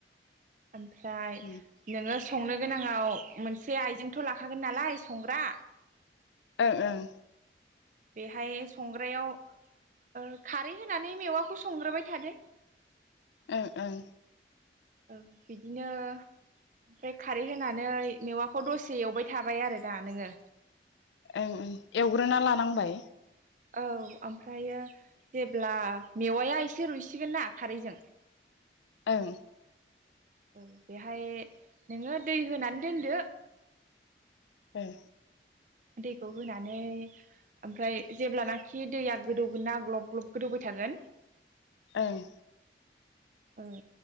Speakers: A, on the right (about 45°); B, on the left (about 80°).
A: ओमफ्राय
B: ओं
A: नोङो संनो गोनाङाव मोनसे आइजेंथ' लाखागोन नालाय संग्रा।
B: ओं ओं।
A: बेहाय संग्रायाव ओ खारै होनानै मेवाखौ संग्रोबाय थादो।
B: ओं ओं।
A: औ बिदिनो ओमफ्राय खा यै होनानै मेवाखौ दसे एवबाय थाबाय आरो ना नोङो।
B: ओंं ओं एवग्रोना लानांबाय।
A: औ ओमफ्रायो जेब्ला मेवाया एसे रुइसिगोन ना खारैजों।
B: ओं।
A: औ बेहाय नोङो दै होनानै दोनदो।
B: ओम।
A: दैखौ होनानै ओमफ्राय जेब्लानाखि दैया गोदौगोन ना ग्लब ग्लब गोदौबाय थागोन
B: ओं।
A: ओं।